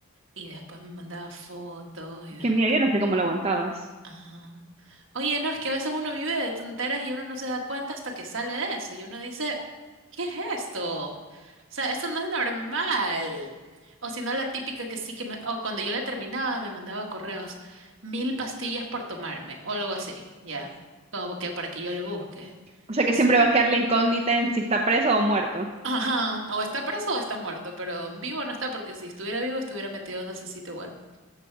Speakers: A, on the right (about 60°); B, on the right (about 30°).
A: y después me mandaba fotos y después,
B: Qué miedo, yo no sé cómo lo aguantabas.
A: Ajá. Oye, no, es que a veces uno vive de tonteras y uno no se da cuenta hasta que sale de eso y uno dice, ¿qué es esto? O sea, esto no es normal. O si no, la típica que sí que me, o cuando yo la terminaba me mandaba correos, mil pastillas por tomarme o algo así, ya, como que para que yo lo busque.
B: O sea
A: Que
B: que
A: sí.
B: siempre va a quedar la incógnita en si está preso o muerto.
A: Ajá, o está preso o está muerto, pero vivo no está porque si estuviera vivo estuviera metido en ese sitio web.